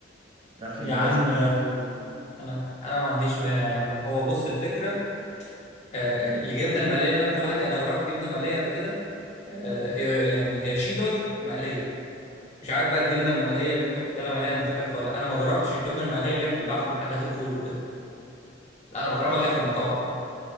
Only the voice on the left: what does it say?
يا
عم
انا انا ما عنديش مانع يا عم هو بص الفكره آه، الجبنه المقليه اللي انا باكلها عندي انا جربت جبنه مقليه قبل كده آه، هي يعني هي شيدر مقليه مش عارف بقى الجبنه المقليه اللي انت بتتكلم عليها مختلفه ولا لأ. انا ما جربتش الجبنه المقليه اللي هي بتتباع في محلات الفول وكده لا انا بجربها
اللي هي في المطاعم